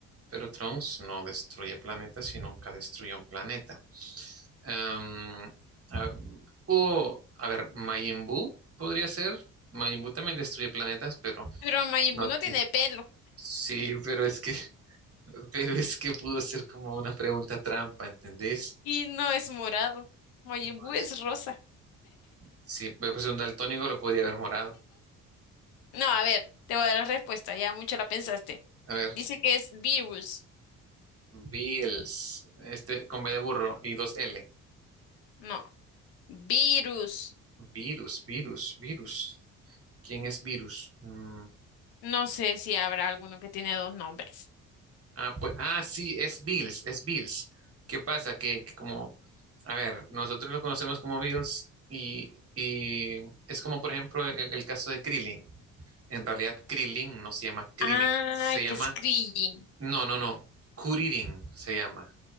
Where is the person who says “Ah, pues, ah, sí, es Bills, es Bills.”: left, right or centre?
Right